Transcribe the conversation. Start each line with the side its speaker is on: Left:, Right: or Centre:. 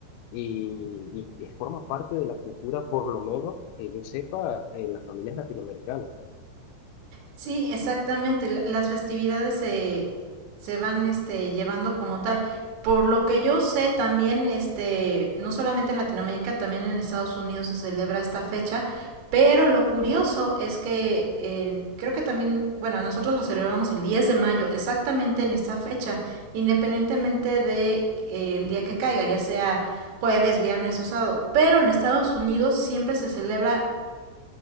Left: y, y forma parte de la cultura, por lo menos que yo sepa, en las familias latinoamericanas.
Right: Sí, exactamente. la- Las festividades se, se van este, llevando como tal. Por lo que yo sé, también, este, no solamente en Latinoamérica, también en Estados Unidos se celebra esta fecha. Pero lo curioso es que eh, creo que también, bueno, nosotros lo celebramos el 10 de mayo, exactamente en esta fecha, independientemente de, eh, el día que caiga, ya sea jueves, viernes o sábado. Pero en Estados Unidos siempre se celebra